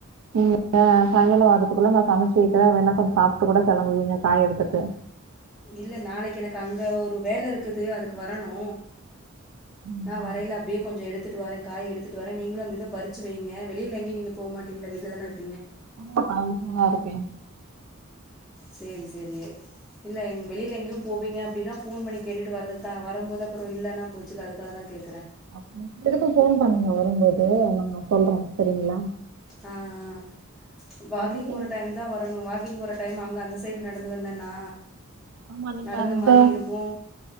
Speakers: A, on the right (about 80°); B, in the centre.
A: நீ சாயங்காலோ வரத்துக்குள்ள நான் சமைச்சு வெக்குறே வேணா கொஞ்சம் சாப்பிட்டு கூட கிளங்கவீங்க காய் எடுத்துட்டு
B: இல்ல நாளைக்கு எனக்கு அங்க ஒரு வேலை இருக்குது அதுக்கு வரணோ
A: ம்,
B: நான்
A: ஆ
B: வரல அப்படியே கொஞ்சோ எடுத்துட்டு வரேன் காய் எடுத்து வரே நீங்களு அந்த இத பருச்சு வெய்ங்க வெளில எங்கயு நீங்க போமாட்டீங்கல்ல வீட்டில தான இருப்
A: வாங்கப்பா வீட்டுலதா இருக்கே
B: சேரி சேரி இல்ல எங் வெளில எங்கயு போவீங்க அப்டினா ஃபோன் பண்ணி கேட்டுட்டு வரதுக்குத்தா வரும் போது அப்றோ இல்லன்னா போச்சுல்ல அதுக்காக தா கேக்
A: க்கும் எதுக்கும் ஃபோன் பண்ணுங்க நீங்க வரும் போது அது நா சொல்றே சேரிங்களா
B: ஆ ஆ வாக்கிங்
A: இன்னைக்கு
B: போற டைம்தா வரணு வா கிங் போற டைம் அங்க அந்த சைடு நடந்து வந்தேன்னா
A: ஆமா நீங்க
B: நடந்த
A: அந்த
B: மாறி இருக்கூ